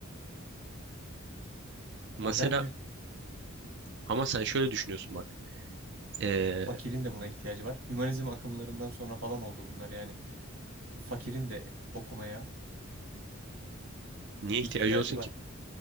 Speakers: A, on the right (about 55°); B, on the right (about 85°).
A: mesela
B: modern
A: ama sen şöyle düşünüyorsun bak. Eee,
B: Fakirin de buna ihtiyacı var. Hümanizm akımlarından sonra falan oldu bunlar yani. Fakirin de okumaya
A: niye ihtiyacı
B: ihtiyacı
A: olsun
B: var.
A: ki?